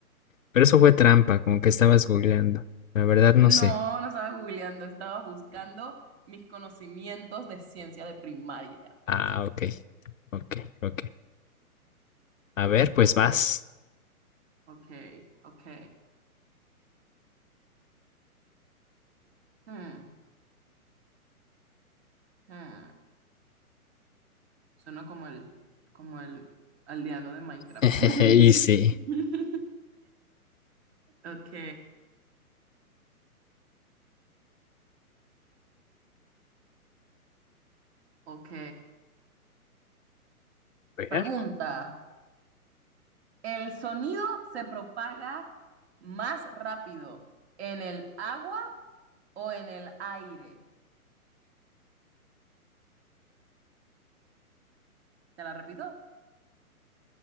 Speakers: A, on the left; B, on the right.
A: Pero eso fue trampa, como que estabas googleando. La verdad no
B: No,
A: sé.
B: no estaba googleando, estaba buscando mis conocimientos de ciencia de primaria.
A: Ah, ok, ok, ok. A ver, pues vas.
B: Ok, ok. Hmm, hmm. Suena como el, como el aldeano de Minecraft.
A: <laughs>
B: <laughs>
A: Y sí.
B: Ok, ok.
A: ver.
B: Pregunta, ¿el sonido se propaga más rápido en el agua o en el aire? ¿Te la repito?